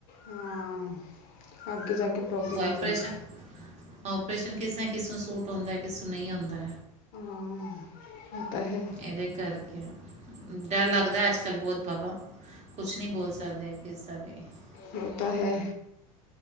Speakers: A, on the left (about 50°); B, on the right (about 35°).
A: ਹਾਂ। ਅੱਗੇ ਜਾ ਕੇ ਪ੍ਰੋਬਲਮ
B: ਉਹ ਓਪਰੇਸ਼ਨ-ਓਪਰੇਸ਼ਨ
A: ਆ ਜਾਂਦੀ
B: ਕਿਸੇ ਕਿਸਨੂੰ ਸੂਟ ਹੁੰਦਾ ਹੈ ਕਿਸਨੂੰ ਨਹੀਂ ਹੁੰਦਾ।
A: ਹਾਂ ਇਹ ਤਾ ਹੈ।
B: ਏਦੇ ਕਰਕੇ ਡਰ ਲੱਗਦਾ ਅੱਜ-ਕੱਲ੍ਹ ਬੌਤ ਬਾਬਾ ਕੁਛ ਨੀ ਬੋਲ ਸਕ <unintelligible>
A: ਇਹ ਤਾ ਹੈ।